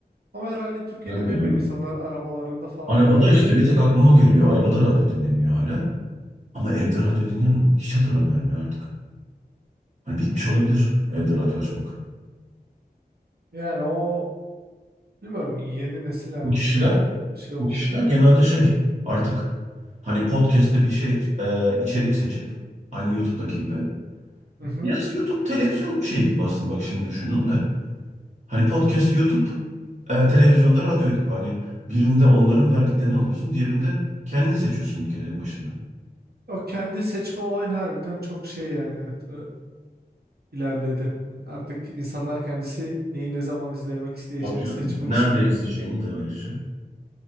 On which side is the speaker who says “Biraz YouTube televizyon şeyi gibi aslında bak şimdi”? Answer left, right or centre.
Right